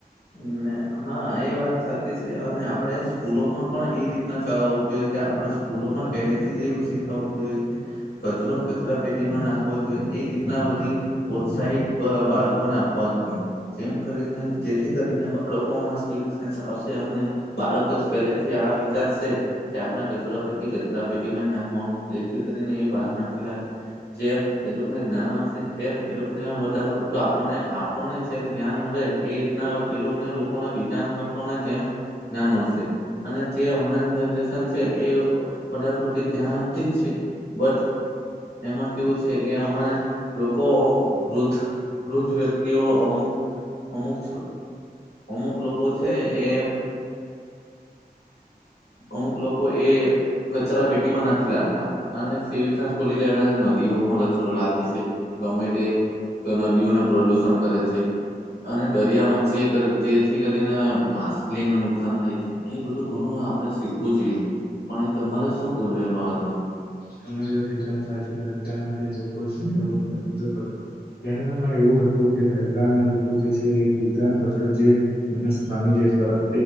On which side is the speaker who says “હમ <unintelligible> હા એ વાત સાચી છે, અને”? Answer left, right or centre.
Left